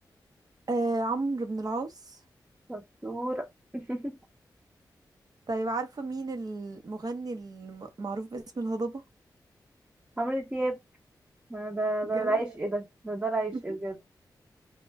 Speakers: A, on the right (about 55°); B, on the right (about 20°).
A: آه عمرو بن العاص
B: شطور <laughs>
A: طيب عارفة مين المغني المعروف باسم الهضبة
B: عمرو دياب ده ده
A: جدع
B: ده العشق إيه ده ده ده العشق
A: <laughs>
B: بجد